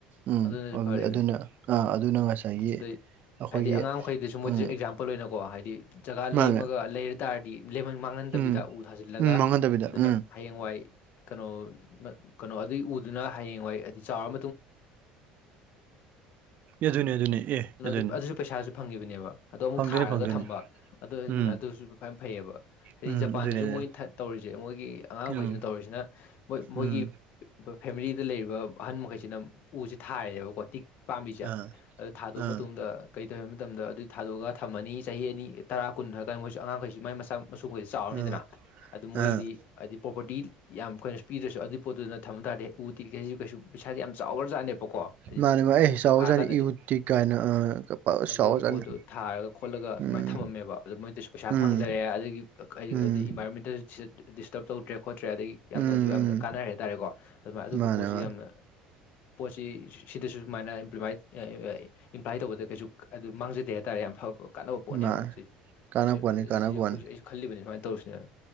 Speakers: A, on the right; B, on the left.
A: ꯎꯝ
B: ꯑꯗꯨꯅꯁꯨ
A: ꯑꯗꯨ
B: ꯐꯔꯤꯕꯅꯤ
A: ꯑꯗꯨꯅ ꯑꯥ ꯑꯗꯨꯅ ꯉꯁꯥꯏꯒꯤ
B: ꯑꯗꯨꯗꯩ
A: ꯑꯩꯈꯣꯏꯒꯤ
B: ꯍꯥꯏꯗꯤ ꯑꯉꯥꯡꯈꯩꯗꯁꯨ ꯃꯣꯏꯗꯁꯨ
A: ꯎꯝ
B: ꯑꯦꯛꯖꯥꯝ ꯄꯄ ꯂꯣꯏꯅꯀꯣ ꯍꯥꯏꯗꯤ ꯖꯒꯥ
A: ꯃꯥꯅꯦ
B: ꯂꯦꯝꯃꯒ ꯂꯩꯔ ꯇꯥꯔꯗꯤꯃ ꯃꯥꯡꯍꯟꯗꯕꯤꯗ
A: ꯎꯝ
B: ꯎ ꯊꯥꯖꯤꯜꯂꯒ
A: ꯎꯝ ꯃꯥꯡꯍꯟꯗꯕꯤꯗ
B: ꯑꯗꯨꯅ
A: ꯎꯝ
B: ꯍꯌꯦꯡ ꯋꯥꯏ ꯀꯅꯣ ꯅ ꯀꯅꯣ ꯑꯗꯨꯒꯤ ꯎꯗꯨꯅ ꯍꯌꯦꯡꯋꯥꯏ ꯑꯗꯤ ꯆꯥꯎ
A: ꯑꯗꯨꯅꯦ ꯑꯗꯨꯅꯦ ꯑꯦ ꯑꯗꯨꯅꯦ
B: <unintelligible> ꯄꯩꯁꯥꯁꯨ ꯐꯪꯉꯤꯕꯅꯦꯕ ꯑꯗꯣ ꯑꯃꯨꯛ
A: ꯐꯪꯗꯣꯏꯅꯦ
B: ꯊꯥꯔꯒ
A: ꯐꯪꯗꯣꯏꯅꯦ
B: ꯊꯝꯕ ꯑꯗꯨ
A: ꯎꯝ
B: ꯑꯗꯨꯁꯨ ꯐꯩꯌꯦꯕ ꯍꯥꯏꯗꯤ
A: ꯎꯝ
B: ꯖꯄꯥꯟꯗꯁꯨ
A: ꯑꯗꯨꯅꯦ ꯑꯗꯨꯅꯦ
B: ꯃꯣꯏ ꯇꯧꯔꯤꯁꯦ ꯃꯣꯏꯒꯤ ꯑꯉꯥꯡꯈꯩꯁꯤꯅ
A: ꯎꯝ
B: ꯇꯧꯔꯤꯁꯤꯅ ꯃꯣꯏ ꯃꯣꯏꯒꯤ
A: ꯎꯝ
B: ꯐꯦꯃꯤꯂꯤꯗ ꯂꯩꯔꯤꯕ ꯑꯍꯟ ꯃꯈꯩꯁꯤꯅ ꯎꯁꯦ ꯊꯥꯔꯦꯕꯀꯣ ꯇꯤꯛ ꯄꯥꯝꯕꯤꯁꯦ
A: ꯑꯥ
B: ꯑꯗꯣ ꯊꯥꯗꯣꯛꯑ
A: ꯑꯥ
B: ꯃꯇꯨꯡꯗ ꯀꯩꯗꯧ ꯍꯥꯏ ꯃꯇꯝꯗ ꯑꯗꯨ ꯊꯥꯗꯣꯛꯑꯒ ꯊꯝꯃꯅꯤ ꯆꯍꯤ ꯑꯅꯤ ꯇꯔꯥ ꯀꯨꯟ ꯍꯥꯏꯔꯀꯥꯟꯗ ꯃꯣꯏꯁꯨ ꯑꯉꯥꯡꯈꯩꯁꯨ ꯃꯥꯏ ꯃꯁꯥ ꯃꯁꯨꯡꯈꯣꯏꯗꯤ ꯆꯥꯎꯔꯅꯤꯗꯅ
A: ꯑꯥ
B: ꯑꯗꯨ ꯃꯣꯏꯗꯤ
A: ꯑꯥ
B: ꯍꯥꯏꯗꯤ ꯄ꯭ꯔꯣꯄꯔꯇꯤ ꯌꯥꯝ ꯀꯈꯣꯏꯅꯁꯨ ꯄꯤꯗ꯭ꯔꯁꯨ ꯑꯗꯨꯒꯤ ꯄꯣꯠꯇꯨꯗꯅ ꯊꯝꯕ ꯇꯥꯔꯗꯤ ꯎ ꯇꯤ ꯀꯩꯁꯨ ꯀꯩꯁꯨ ꯄꯩꯁꯥꯗꯤ ꯌꯥꯝ ꯆꯥꯎꯔꯖꯥꯠꯅꯦꯕ ꯀꯣ ꯍꯥꯏꯗꯤ
A: ꯃꯥꯅꯦ ꯃꯥ
B: ꯃꯨꯡ
A: ꯑꯩ
B: ꯑꯁꯤꯁꯤꯛ
A: ꯆꯥꯎꯔꯖꯥꯠꯅꯤ
B: ꯐꯥꯔꯀꯥꯟꯗꯗꯤ
A: ꯏꯍꯨꯠꯇꯤ ꯀꯥꯏꯅ ꯑꯥ
B: ꯑꯗꯨꯗꯨ
A: ꯆꯥꯎꯔꯖꯥꯠꯅꯤ
B: ꯄꯣꯠꯇꯨ ꯊꯥꯔꯒ ꯈꯣꯠꯂꯒ ꯑꯗꯨꯃꯥꯏꯅ
A: ꯎꯝ
B: ꯊꯝꯃꯝꯃꯦꯕ ꯑꯗꯨꯗꯣ ꯃꯣꯏꯗꯁꯨ ꯄꯩꯁꯥ
A: ꯎꯝ
B: ꯐꯪꯖꯔꯦ ꯑꯗꯒꯤ ꯍꯥꯏꯗꯤ
A: ꯎꯝ
B: ꯏꯟꯚꯥꯏꯔꯣꯟꯃꯦꯟꯇꯁꯨ ꯗꯤꯁꯇꯔꯕ ꯇꯧꯗ꯭ꯔꯦ ꯈꯣꯠꯇ꯭ꯔꯦ ꯑꯗꯒꯤ ꯌꯥꯝꯅꯁꯨ
A: ꯎꯝ
B: ꯌꯥꯝꯅ
A: ꯎꯝ
B: ꯀꯥꯟꯅꯔꯦ ꯍꯥꯏꯇꯥꯔꯦꯀꯣ ꯑꯗꯨꯃꯥꯏꯅ ꯑꯗꯨꯒꯤ
A: ꯃꯥꯅꯦ
B: ꯄꯣꯠꯁꯤ
A: ꯃꯥꯅꯦ
B: ꯌꯥꯝꯅ ꯄꯣꯠꯁꯤ ꯁꯤꯗꯁꯨ ꯁꯨꯃꯥꯏꯅ ꯏꯝꯄ꯭ꯂꯤꯃꯥꯏꯠ ꯏꯝꯄ꯭ꯂꯥꯏ ꯇꯧꯕꯗ ꯀꯩꯁꯨ ꯑꯗꯨ ꯃꯥꯡꯖꯗꯦ ꯍꯥꯏ ꯇꯇꯥꯔꯦ ꯌꯥꯝ ꯐꯕ ꯀꯥꯟꯅꯕ ꯄꯣꯠꯅꯦꯕ
A: ꯃꯥꯅꯦ
B: ꯑꯁꯤ
A: ꯀꯥꯟꯅꯄꯣꯠꯅꯤ
B: ꯑꯁꯤ
A: ꯀꯥꯟꯅꯄꯣꯠꯅꯤ
B: ꯑꯁꯤ ꯑꯩꯈꯣꯏ ꯑꯩꯁꯨ ꯈꯜꯂꯤꯕꯅꯦ ꯁꯨꯃꯥꯏꯅ ꯇꯧꯔꯁꯤꯅꯦꯅ